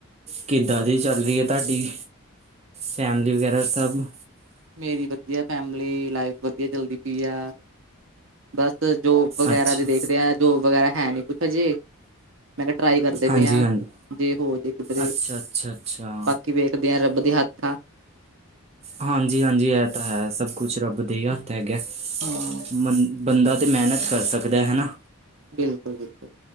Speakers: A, on the right (about 30°); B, on the right (about 65°).
A: ਕਿੱਦਾਂ ਦੀ ਚੱਲ ਰਹੀ ਹੈ। ਤੁਹਾਡੀ ਫੈਮਲੀ ਵਗੈਰਾ ਸਬ।
B: ਮੇਰੀ ਵਧੀਆ, ਫੈਮਲੀ ਲਾਈਫ ਵਧੀਆ ਚੱਲਦੀ ਪਈ ਆ। ਬਸ ਜੋਬ ਵਗੈਰਾ
A: ਅੱਛਾ
B: ਦੀ ਦੇਖਦੇ ਹਾਂ। ਜੋਬ ਵਗ਼ੈਰਾ ਹੈ ਨੀ ਕੁੱਛ ਹਜੇ। ਮੈਂ ਕਿਹਾ ਟਰਾਈ ਕਰਦੇ
A: ਹਾਂਜੀ
B: ਪਏ ਹਾਂ
A: ਹਾਂਜੀ
B: ਜੇ ਹੋ ਜਏ ਕਿਧਰੇ
A: ਅੱਛਾ ਅੱਛਾ ਅੱਛਾ
B: ਬਾਕੀ ਵੇਖ। ਕਦੇਆਂ ਰੱਬ ਦੇ ਹੱਥਾਂ
A: ਹਾਂਜੀ ਹਾਂਜੀ ਇਹ ਤਾਂ ਹੈ ਸਭ ਕੁਛ ਰੱਬ ਦੇ ਹੀ ਹੱਥ ਹੈਗਾ।
B: ਹੂੰ
A: ਮੰ ਬੰਦਾ ਤਾਂ ਮਿਹਨਤ ਕਰ ਸਕਦਾ ਹੈ ਨਾ।
B: ਬਿਲਕੁਲ, ਬਿਲਕੁਲ